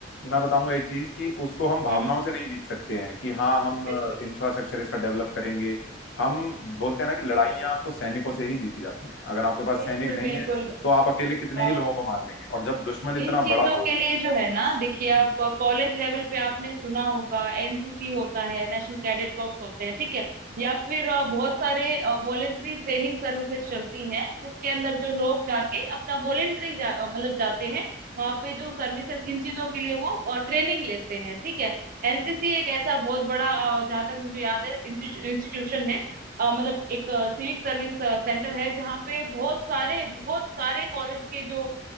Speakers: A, on the left; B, on the right.
A: मैं बताऊंगा एक चीज कि उसको हम भावनाओं
B: हम्म
A: से नहीं जीत सकते हैं कि हाँ हम
B: बिल्कुल
A: इंफ्रास्ट्रक्चर इसका डेवलप करेंगे हम बोलते हैं ना कि लड़ाइयाँ तो सैनिकों से ही जीती जाती हैं अगर आपके पास
B: बिल्कुल
A: सैनिक नहीं
B: बिल्कुल
A: है तो आप अकेले कितने
B: अ,
A: ही लोगों को मार लेंगे और जब दुश्मन इतना
B: इन चीजों
A: बड़ा हो
B: के लिए जो है ना
A: तो
B: देखिए आप
A: जी
B: कॉलेज लेवल पे आपने सुना होगा एनसीसी होता है नेशनल कैडेट कॉर्प्स होते हैं ठीक है या फिर अ, बहुत सारे वॉलेंट्री ट्रेनिंग सर्विसेज चलती हैं जिसके अंदर जो लोग जाके अपना वॉलेंट्री जा, अ, मतलब जाते हैं वहाँ पे जो सर्विसेज इन चीजों के लिए वो ट्रेनिंग लेते हैं ठीक है एनसीसी एक ऐसा बहुत बड़ा अ, जहाँ तक मुझे याद है इंस्टीट्यूशन है अ, मतलब एक सिविक सर्विस सेंटर है जहाँ पे बहुत सारे बहुत सारे कॉलेज के जो